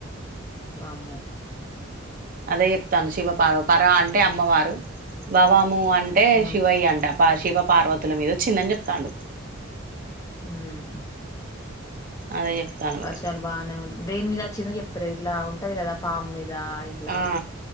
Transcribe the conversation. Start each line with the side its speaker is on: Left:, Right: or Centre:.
Left: వామ్మో
Right: అదే చెప్తాఅండ్రు శివ పార్వ పరవ అంటే అమ్మవారు భవాము అ అంటే
Left: ఉమ్
Right: శివయ్య అంట శివ పార్వతుల మీద వచ్చిందని చెప్తాఅండు
Left: ఉమ్ హు
Right: అదే చెప్తాను
Left: వర్షాలు
Right: మరి
Left: బానే ఉన్ దేని మీద వచిిందో చెప్తారు ఇట్లా ఉంటది కదా పామ్ మీద దా ఇట్లాని
Right: ఆ